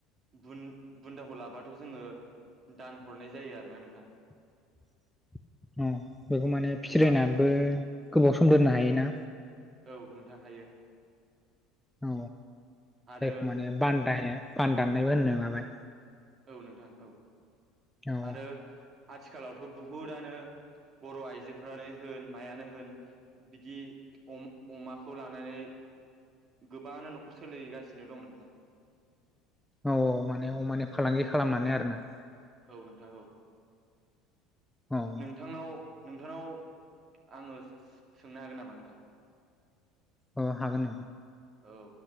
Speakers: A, on the right; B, in the centre.
A: बुन बुन्दाखौ लाबाथ' जोङो दान हरनाय जायो आरोना नोंथां
B: <inaudible> औ बेखौ माने
A: नोंथाङा
B: फिरायनाबो गोबाव सम दोननो हायोना
A: औ नोंथां हायो
B: औ
A: आरो
B: जायखौ माने बान्दाया बान्दाननायबो होननो हाबाय
A: औ नोंथां औ
B: औ
A: आरो आथिखालावथ बहुदानो बर आइजोफोरानो होन मायानो होन बिदि अम अमाखौ लानानै गोबाङानो नखर सोलिगासिनो दं नोंथां
B: औ- औ माने अमानि फालांगि
A: औ
B: खालामनानै आरोना
A: औ नोंथां औ
B: औ
A: नोंथांनाव नोंथांनाव आङो सोंनो हागोन नामा नोंथां
B: औ हागोन
A: औ